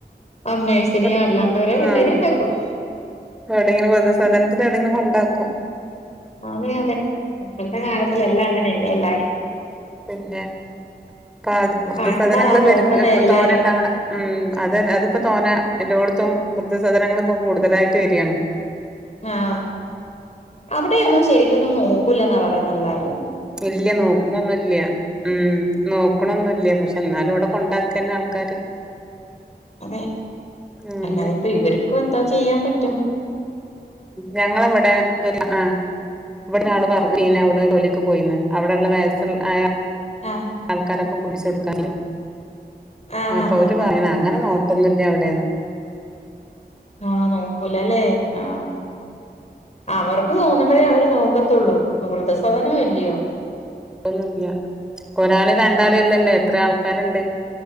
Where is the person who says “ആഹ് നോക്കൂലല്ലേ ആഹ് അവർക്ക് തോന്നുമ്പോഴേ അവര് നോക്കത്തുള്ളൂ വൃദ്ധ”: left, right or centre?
Left